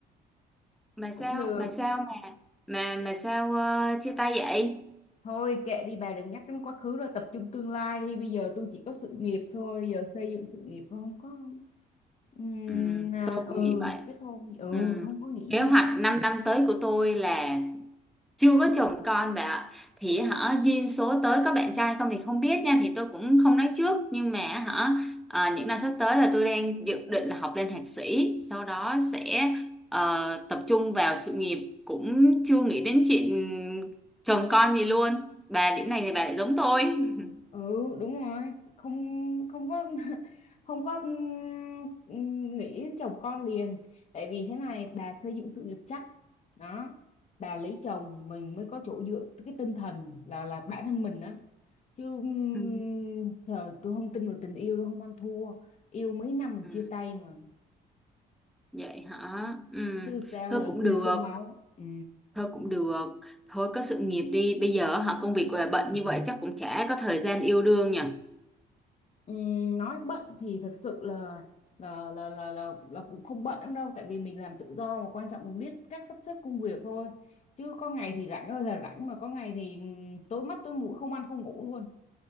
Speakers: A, in the centre; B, on the left (about 45°).
A: mà
B: Cũng
A: sao
B: được.
A: mà sao mà mà mà sao ờ, chia tay vậy
B: Thôi kệ đi bà đừng nhắc đến quá khứ rồi tập trung tương lai đi. Bây giờ tôi chỉ có sự nghiệp thôi. Giờ xây dựng sự nghiệp thôi không có Ừm,
A: ừ,
B: à,
A: tôi cũng
B: ừ
A: nghĩ vậy
B: kết hôn ừ
A: ừ.
B: không có nghĩ
A: kế
B: gì
A: hoạch
B: hết á
A: 5 năm năm tới của tôi là chưa có chồng con bạn ạ thì hả duyên số tới có bạn trai không thì không biết nha thì tôi cũng không nói trước nhưng mà hả à, những năm sắp tới là tôi đang dự định là học lên thạc sĩ sau đó sẽ ờ, tập trung vào sự nghiệp cũng chưa nghĩ đến chuyện chồng con gì luôn bà điểm này thì bà lại giống tôi <laughs>
B: ừ đúng rồi không không có <laughs> không có ừm, ừm, nghĩ đến chồng con liền tại vì thế này bà xây dựng sự nghiệp chắc đó bà lấy chồng mình mới có chỗ dựa cái tinh thần là là bản thân mình đó chứ ừm,
A: Ừ.
B: thờ tôi không tin vào tình yêu tôi không ăn thua yêu mấy năm mà
A: Ừ,
B: chia tay mà
A: vậy hả? Ừ,
B: chứ sao
A: thôi
B: lời
A: cũng
B: khuyên
A: được,
B: xương máu ừ
A: thôi cũng được. Thôi có sự nghiệp đi. Bây giờ hả công việc của bà bận như vậy chắc cũng chả có thời gian yêu đương nhỉ.
B: Ừm, nói bận thì thật sự là là là là là, là cũng không bận lắm đâu tại vì mình làm tự do mà quan trọng mình biết cách sắp xếp công việc thôi chứ có ngày thì rảnh ơi là rảnh mà có ngày thì ừm, tối mắt tối mũi không ăn không ngủ luôn